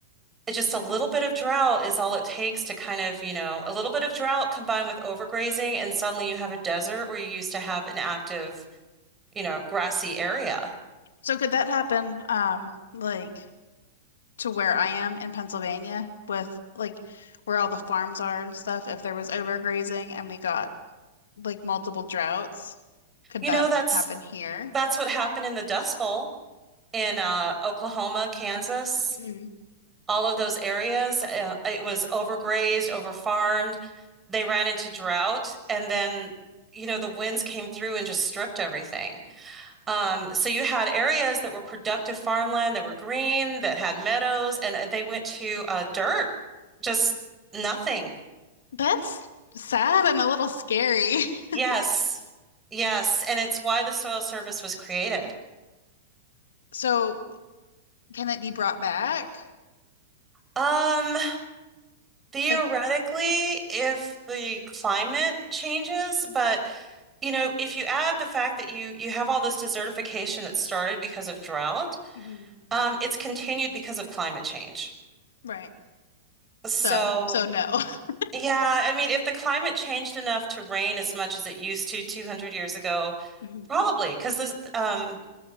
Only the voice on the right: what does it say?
it- just a little bit of drought is all it takes to kind of, you know, a little bit of drought combined with overgrazing and suddenly you have a desert where you used to have an active, you know, grassy area.
You
know, that's
that's what happened in the Dust Bowl in uh, Oklahoma, Kansas,
all of those areas. Uh, it was overgrazed, overfarmed. They ran into drought, and then you know the winds came through and just stripped everything. Um, so you had areas that were productive farmland that were green, that had meadows, and, and they went to uh, dirt, just nothing.
Yes, yes, and it's why the soil service was created.
Um, Theoretically,
if the climate changes, but you know, if you add the fact that you you have all this desertification that started because of drought,
um, it's continued because of climate change.
So,
yeah, I mean, if the climate changed enough to rain as much as it used to 200 years ago,
probably because this um